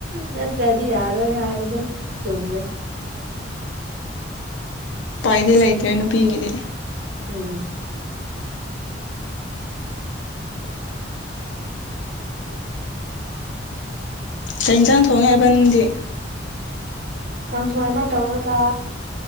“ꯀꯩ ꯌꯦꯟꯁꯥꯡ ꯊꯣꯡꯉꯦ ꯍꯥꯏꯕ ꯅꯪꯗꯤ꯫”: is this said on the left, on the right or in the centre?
Left